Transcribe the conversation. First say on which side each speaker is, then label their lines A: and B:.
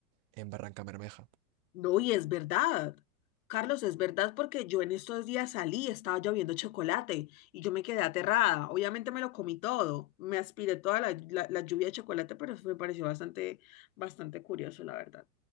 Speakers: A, on the right; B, on the left.
A: en Barranca Bermeja.
B: No, y es verdad. Carlos, es verdad porque yo en estos días salí, estaba lloviendo chocolate y yo me quedé aterrada. Obviamente me lo comí todo, me aspiré toda la, la- la lluvia de chocolate, pero eso me pareció bastante, bastante curioso, la verdad.